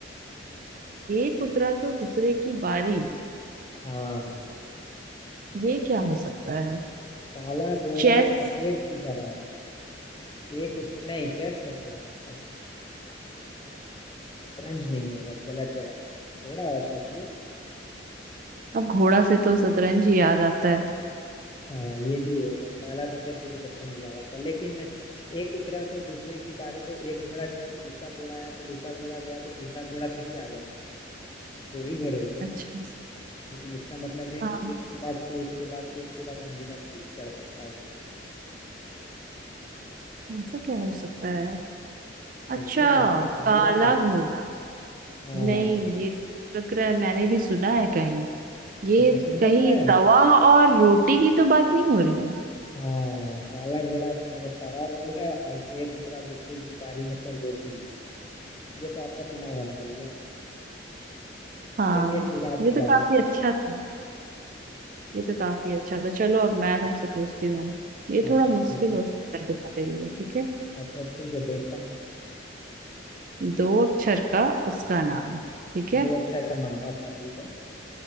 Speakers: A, on the right (about 45°); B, on the left (about 25°).
A: एक उतरा तो दूसरे की बारी
B: हाँ
A: ये क्या हो सकता है
B: काला घोड़ा
A: चेस
B: सफेद की सवारी एक उत... नहीं चेस कैसे हो सकता है शतरंज नहीं होगा गलत जवाब थोड़ा और सोचिए
A: अब घोड़ा से तो शतरंज ही याद आता है
B: हाँ ये भी है एकदम काला सफेद से भी शतरंज ही आ रहा था लेकिन एक उतरा तो दूसरे की बारी तो एक घोड़ा गया तो दूसरा घोड़ा आया तो दूसरा घोड़ा गया तो तीसरा घोड़ा थोड़ी आ जाएगा दो ही घोड़े होते हैं
A: अच्छा
B: ना लेकिन इसका मतलब है कि
A: हाँ
B: एक के बाद के एक के बाद के एक के बाद अनगिनत चीज चढ़ सकता है उस पे
A: ऐसा क्या हो सकता है अच्छा
B: सोचिए सोचिए थोड़ा
A: काला
B: सा
A: घोड़ा
B: हाँ
A: नहीं ये लग रहा है मैंने भी सुना है कहीं ये
B: अच्छा सुना
A: कहीं
B: हुआ है
A: तवा और रोटी की तो बात नहीं हो रही है
B: हाँ काला घोड़ा से मैंने तवा बोला और एक उतरा दूसरे की बारी मतलब रोटी ये तो आपका सुना हुआ निकल गया
A: हाँ
B: चलिए ठीक है आपकी
A: ये तो काफी
B: बारी
A: अच्छा था ये तो काफी अच्छा था चलो अब मैं तुमसे पूछती हूँ ये थोड़ा
B: अच्छा ठीक
A: मुश्किल
B: है
A: हो सकता है तुम्हारे लिए ठीक है
B: अच्छा ठीक है देखता हूँ
A: दो अक्षर का उसका नाम ठीक है
B: दो अक्षर का नाम अच्छा ठीक है